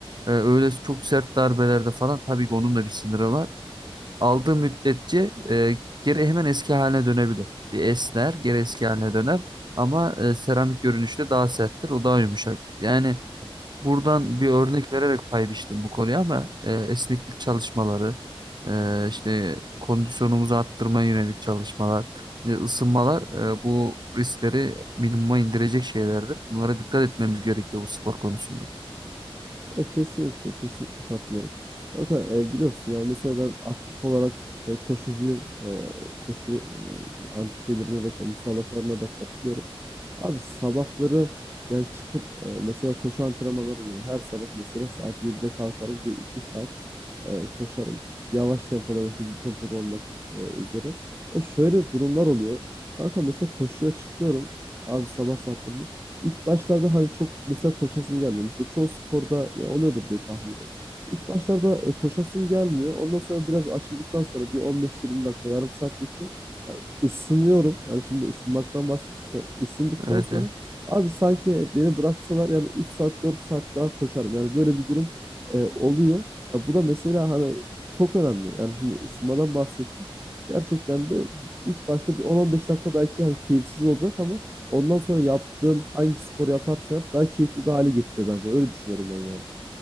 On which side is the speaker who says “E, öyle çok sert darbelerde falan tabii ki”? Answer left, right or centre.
Right